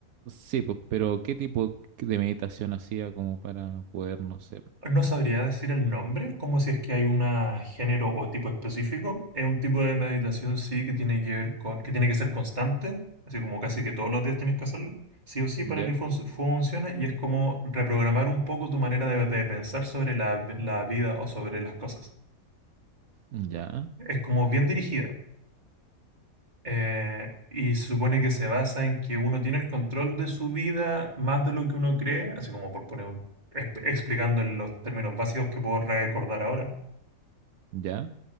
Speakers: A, on the right; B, on the right.
A: sí, pues, pero ¿qué tipo de meditación hacía como para poder, no sé,
B: No sabría decir el nombre, como si es que hay un género o tipo específico. Es un tipo de meditación, sí, que tiene que ver con, que tiene que ser constante, así como casi que todos los días tienes que hacerlo, sí o sí, para
A: ya,
B: que func- funcione, y es como reprogramar un poco tu manera de, de pensar sobre la, la vida o sobre las cosas.
A: ya,
B: Es como bien dirigida. eh, y se supone que se basa en que uno tiene el control de su vida más de lo que uno cree, así como por poner un, exp- explicando en los términos básicos que puedo recordar ahora
A: ya?